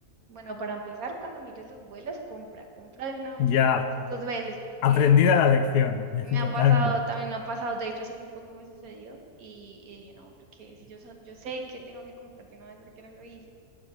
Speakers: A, on the right; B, on the left.
A: Bueno, para empezar, cuando mires los vuelos, compra, compra de una vez,
B: Ya,
A: no lo pienses dos veces, porque
B: aprendida la lección, <laughs>
A: me ha
B: totalmente.
A: pasado, también me ha pasado, de hecho, hace muy poco me sucedió y, y dije, no, porque si yo, so- yo sé que tengo que comprar de una vez, ¿por qué no lo hice?